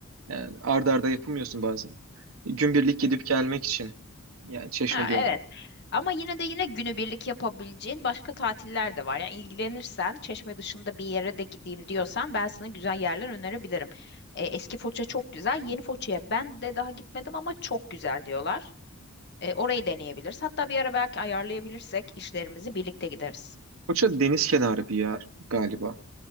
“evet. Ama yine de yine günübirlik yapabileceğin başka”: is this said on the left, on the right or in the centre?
Left